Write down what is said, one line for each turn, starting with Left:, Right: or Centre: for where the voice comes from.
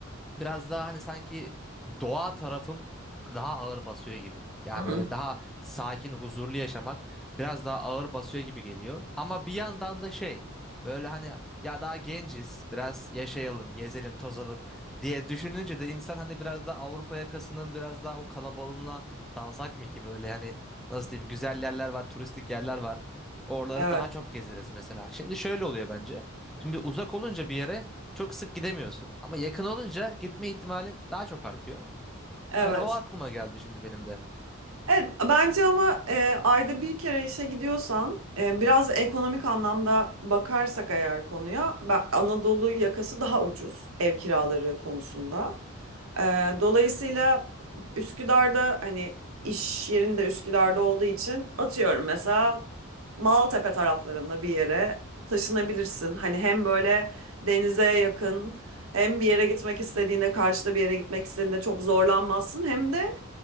Centre: biraz daha hani sanki doğa tarafım daha ağır basıyor gibi. Yani
Right: Hı hı.
Centre: böyle daha sakin, huzurlu yaşamak biraz daha ağır basıyor gibi geliyor. Ama bir yandan da şey böyle hani ya daha genciz, biraz yaşayalım, gezelim, tozalım diye düşününce de insan hani biraz da Avrupa yakasının biraz daha o kalabalığına dalsak mı ki böyle hani nasıl diyeyim güzel yerler var, turistik yerler var. Oraları
Right: Evet,
Centre: daha çok gezeriz mesela. Şimdi şöyle oluyor bence. Şimdi uzak olunca bir yere çok sık gidemiyorsun. Ama yakın olunca gitme ihtimalin daha çok artıyor.
Right: evet.
Centre: Yani o aklıma geldi şimdi benim de.
Right: Evet, bence ama e, ayda bir kere işe gidiyorsan e, biraz da ekonomik anlamda bakarsak eğer konuya ben- Anadolu yakası daha ucuz ev kiraları konusunda. E, dolayısıyla Üsküdar'da hani iş yerinde Üsküdar'da olduğu için atıyorum mesela Maltepe taraflarında bir yere taşınabilirsin. Hani hem böyle denize yakın hem bir yere gitmek istediğinde karşıda bir yere gitmek istediğinde çok zorlanmazsın hem de